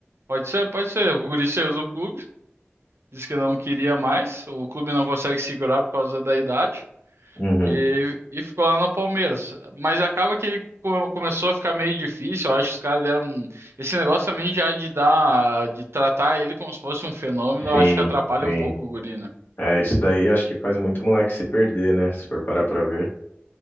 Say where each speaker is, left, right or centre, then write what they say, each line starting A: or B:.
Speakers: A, on the right; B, on the left.
A: Pode ser, pode ser. O guri saiu do clube, disse que não queria mais, o clube não consegue segurar por causa da idade.
B: uhum.
A: E, e ficou lá no Palmeiras. Mas acaba que ele come- começou a ficar meio difícil. Eu acho que os caras deram. um- Esse negócio também já de dar, de tratar ele como se fosse um fenômeno,
B: Sim,
A: eu acho que atrapalha
B: sim.
A: um pouco o guri, né?
B: É, isso daí acho que faz muito moleque se perder, né? Se for parar pra ver.